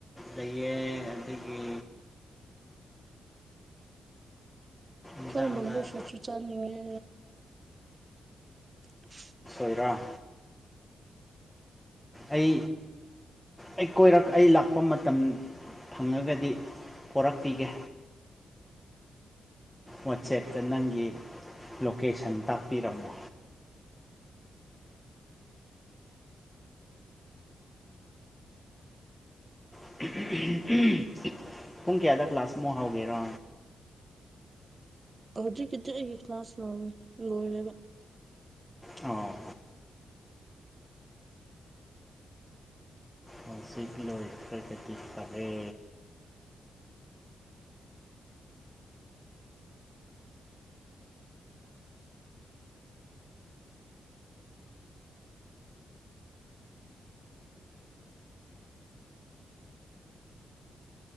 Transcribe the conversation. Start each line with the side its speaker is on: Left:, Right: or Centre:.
Centre: ꯂꯩꯌꯦ ꯑꯗꯒꯤ
Right: ꯑꯩꯈꯣꯏ
Centre: ꯏꯟꯖꯥꯡꯗ
Right: ꯕꯦꯝꯕꯨ ꯁꯨꯠꯁꯨ ꯆꯥꯅꯤꯡꯉꯦ <unintelligible>
Centre: ꯀꯣꯏꯔꯥ ꯑꯩ ꯑꯩ ꯀꯣꯏꯔꯛ ꯑꯩ ꯂꯥꯛꯄ ꯃꯇꯝ ꯐꯪꯉꯒꯗꯤ ꯄꯣꯔꯛꯄꯤꯒꯦ ꯋꯥꯆꯦꯞꯇ ꯅꯪꯒꯤ ꯂꯣꯀꯦꯁꯟ ꯇꯥꯛꯄꯤꯔꯝꯅꯣ ꯍ <unintelligible> ꯄꯨꯡ ꯀꯌꯥꯗ ꯀ꯭ꯂꯥꯁꯃꯨꯛ ꯍꯧꯔꯤꯔꯣ
Right: ꯍꯧꯗꯤ ꯀꯇ ꯑꯩ ꯌꯦ ꯀꯂ ꯁꯅꯥꯣ <unintelligible>
Centre: ꯑꯣ ꯍꯧꯁꯤꯀ ꯂꯣꯏ ꯍꯧꯖꯤꯛ ꯀꯤꯗꯤ ꯐꯔꯦ